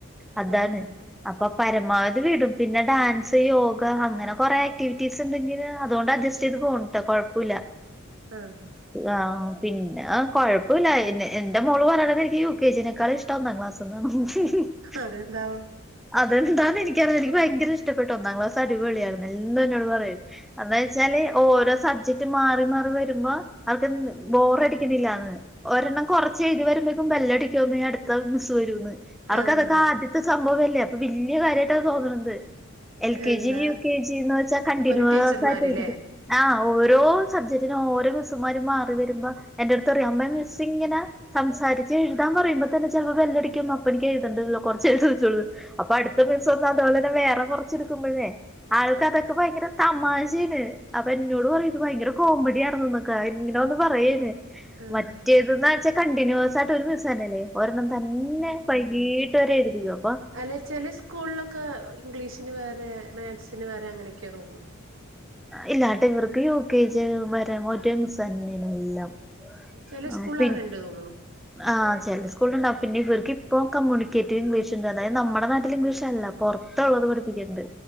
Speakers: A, in the centre; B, on the right (about 65°).
A: അതാണ്
B: ആഹ്
A: അപ്പൊ പരമാവധി വിടും പിന്നെ ഡാൻസ് യോഗ അങ്ങനെ കൊറെ ആക്ടിവിറ്റീസ്ണ്ടങ്കില് അതുകൊണ്ട് അഡ്ജസ്റ്റ് സ്റ്റിത് പോൺട്ടോ കൊഴ്പുല്ല
B: ആഹ്
A: ആഹ് പിന്നെ കൊഴപ്പുല്ല എന്നെ എന്റെ മോള് പറണത്ക് യു കെ ജിനേക്കാളു ഷ് ഇട്ടന്നാ <unintelligible>
B: അതെന്താവും
A: അതെന്താന്ന്നിക്കറില്യ നിക്ക് ഭയങ്കര ഇഷ്ടപ്പെട്ടു ഒന്നാം ക്ലാസ അടിപൊളിയാര്ന്നെ എൽന്നു എന്നോട് പറേയ് അന്താച്ചാല് ഓരോ സബ്ജക്ട് മാ റിമാറി വരുമ്പോ അവർകെന്ത് ബോറടിക്യുന്നില്ലാന്ന് ഒരെണ്ണം കൊർച്ചെഴ്തി വരുമ്പേക്കും ബെല്ലടിക്യും പിന്നെ അട്ത്ത മിസ്സ് വരൂന്ന് അറൊക്കെ
B: ആഹ്
A: അതൊക്കെ ആദ്യത്തെ സംഭവല്ലേ അപ്പൊ വല്യ കാര്യയിട്ടാ തോന്ന്ണത് എൽ കെ
B: എന്താ
A: ജിം യു കെ ജിന്ന്വെച്ചാ കണ്ടിന്യൂസായ്ട്ടഴ്തിക്കും
B: ഒരു ടീച്ചർമാരില്ലേ
A: ആഹ് ഓരോ സബ്ജക്റ്റിനോരോ മിസ്സുമാരും മാറി വരുമ്പ എന്റെട്ത്ത് അറിം അമ്മേ മിസ്സി ങ്ങനെ സംസാരിച്ച് എഴുതാ പറയുമ്പോൾ തന്നെ ചെലപ്പോ ബെല്ലടിക്കും. അപ്പൊ എനിക്ക് എഴുതേണ്ടല്ലോ കുറച്ച് എഴുതതോള്ളൂ അപ്പൊ അടുത്ത <unintelligible> വേറെ കുറച്ച് എടുക്കുമ്പോളെ ആൾക്ക് അതൊക്കെ ഭയങ്കര തമാശയാണ്. അപ്പൊ എന്നോട് പറയും. ഇത് ഭയങ്കര കോമഡി ആർന്നുന്ന് ഇങ്ങനെ ഒന്ന് പറയേ
B: ആഹ്
A: മറ്റേത് ച്ച കണ്ടിന്യൂസ് ആയിട്ട് ഒരു ദിവസം തന്നല്ലേ ഒരെണ്ണം തന്നെ വൈകീട്ട് വരെ എഴുപ്പിക്കും
B: അല്ലെ ചെല സ്കൂളിലൊക്കെ ഇംഗ്ലീഷന് വേറെ മേക്സ്ന് വേറെ അങ്ങനെയൊക്കെയ തോന്നുന്നു.
A: ഇല്ലാട്ടെ ഇവർക്ക് യു കെജി വരാ <unintelligible> തന്നെയണ എല്ലാം
B: ചില
A: ആ
B: സ്കൂളിൽ
A: പിൻ
B: അങ്ങനെണ്ട് തോന്നുണു
A: ആഹ് ചില സ്കൂള്ല് ഉണ്ടാവും പിന്നെ ഇവർ ഇപ്പോ കമ്മ്യൂണിക്കേറ്റീവ് ഇംഗ്ലീഷ് ഉണ്ട് അതായത് നമ്മുടെ നാട്ടിൽ ഇംഗ്ലീഷ് അല്ല പൊറത്തുള്ളത് പഠിപ്പിക്കണ്ട്